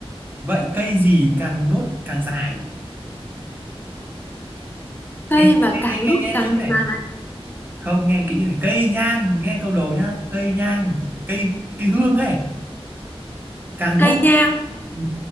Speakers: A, on the right (about 20°); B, on the left (about 20°).
A: vậy cây gì càng đốt càng dài
B: cây
A: nghe nghe
B: mà càng
A: nghe nghe,
B: đúc
A: nghe
B: càng
A: kỹ này
B: dày
A: không nghe kỹ này cây nhang nghe câu đầu nhá cây nhang cây cây hương ấy càng
B: cây
A: đốt
B: nhang
A: ừ,